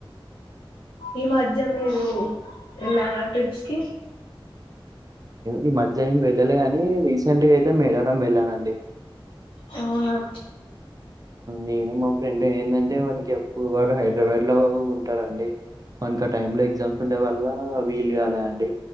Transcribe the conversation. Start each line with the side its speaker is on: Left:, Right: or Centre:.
Left: ఈ మధ్య మీరు వెళ్ళార ట్రిప్స్ కి
Right: ఈ మధ్య ఎం వెళ్ళాలేగాని రీసెంట్ గా అయితే మేడారం వెళ్ళన అండి
Left: అవున <unintelligible>
Right: నేను మా ఫ్రె డే ఏందంటే వానికి <unintelligible> రివెడ్ లో ఉంటారండి మనకు ఆ టైమ్ లో ఎగ్జామ్స్ ఉండే వల్ల వీలు కాలే అండి.